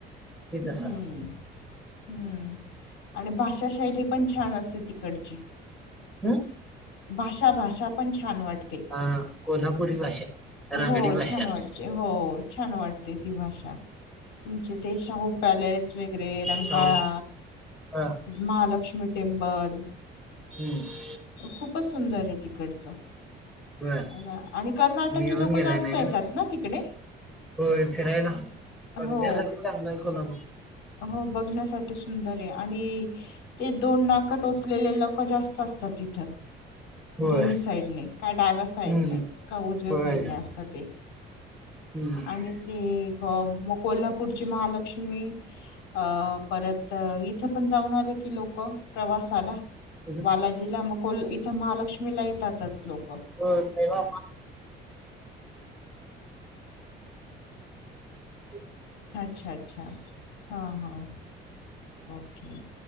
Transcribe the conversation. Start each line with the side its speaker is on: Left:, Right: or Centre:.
Centre: ते
Left: हम्म
Centre: तसं असतं
Left: हम्म आणि भाषा शैली पण छान असते तिकडची.
Centre: हम
Left: भाषा भाषा पण छान वाटते
Centre: अ कोल्हापुरी भाषा, रांगडी
Left: हो
Centre: भाषा
Left: छान वाटते. हो छान वाटते ती भाषा तुमचे ते शाहू पॅलेस वगरे रंकाळा
Centre: सौ हा
Left: महालक्ष्मी टेमपल
Centre: हम्म
Left: खूपच सुंदर आहे तिकडचं
Centre: बर
Left: अ आणि कर्नाटकी
Centre: मी येऊन
Left: लोक
Centre: गेलाय
Left: जास्त
Centre: ना इकडं
Left: येतात ना तिकडे
Centre: होय फिरायला बघण्यासाठी
Left: हो.
Centre: चांगलं आहे कोणाण
Left: हो बघण्यासाठी सुंदर आहे आणि ते दोन नाक टोचलेले लोक जास्त असतात तिथं
Centre: होय
Left: दोन्ही साईडने का डाव्या
Centre: हम्म
Left: साईडने का उजव्या
Centre: होय
Left: साईडने असतात ते
Centre: हम्म
Left: आणि ते मग कोल्हापूरची महालक्ष्मी अ परत इथं पण जाऊन आले की लोक प्रवासाला
Centre: कुठं?
Left: बालाजीला मग कोल इथं महालक्ष्मीला येतातच लोक
Centre: ह मा <inaudible>
Left: अच्छा अच्छा हां हां ओके